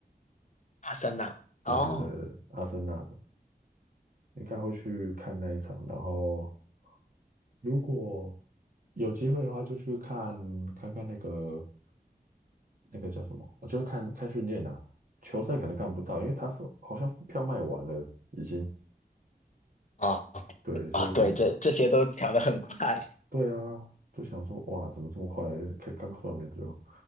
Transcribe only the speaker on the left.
阿森纳。
哦，
哦，
啊，对，这这些都抢得很快。